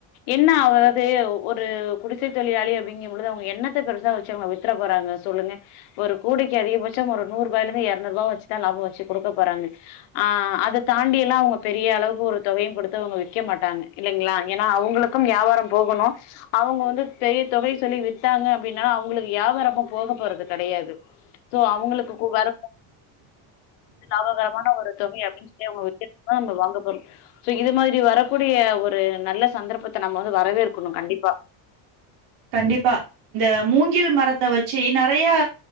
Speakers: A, on the left; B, on the right.
A: என்ன அவ்ளோது ஒரு குடிச தொழிலாளி அப்படிங்கம்பொழுது அவுங்க எண்ணத்த பெருசா வச்சி அவுங்க வித்தற போறாங்க சொல்லுங்க ஒரு கோடிக்கு அதிகபட்சம் ஒரு நூறு ரூபாய்ல இருந்து எரநூறு ரூபாவு வச்சிதா லாபம் வச்சி குடுக்க போறாங்க ஆ அத தாண்டி எல்லாம் அவுங்க பெரிய அளவுக்கு ஒரு தொகையும் கொடுத்து அவுங்க விக்க மாட்டாங்க இல்லைங்களா ஏனா அவங்களுக் கும் வியாபாரம் போகணும் அவுங்க வந்து பெரிய தொகை சொல்லி வித்தாங்க அப்டின்னா அவங்களுக்கு ஏபாரமு போக போறது கெடையாது சோ அவங்களுக்கு கு வர லாபகரமான ஒரு தொகை அப்டின் சொல்லி அவுங்க விக்கிரதா நம்ப வாங்க போறோம் சோ இது மாதிரி வரக்கூடிய ஒரு நல்ல சந்தர்ப்பத்த நம்ம வந்து வரவேற்கணும் கண்டிப்பா
B: கண்டிப்பா இந்த மூங்கில் மரத்த வச்சி நறையா